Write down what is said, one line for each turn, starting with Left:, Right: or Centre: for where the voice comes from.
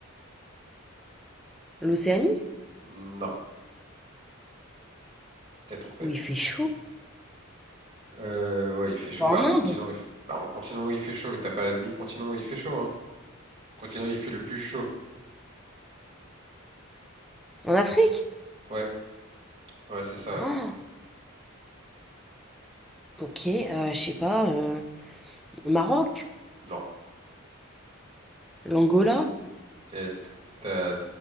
Centre: L'Océanie?
Right: non, t'es trompé.
Centre: Où il fait chaud?
Right: Euh, ouais, il fait chaud.
Centre: Quoi,
Right: Bah,
Centre: En
Right: en
Centre: Inde?
Right: continent, il fait... bah, en continent, il fait chaud. T'as pas mis le continent où il fait chaud, hein. Continent, il fait le plus chaud.
Centre: En Afrique?
Right: Ouais, ouais, c'est ça.
Centre: Oh, ok, euh, je sais pas. euh, le Maroc?
Right: Non.
Centre: L'Angola?
Right: Et t'as,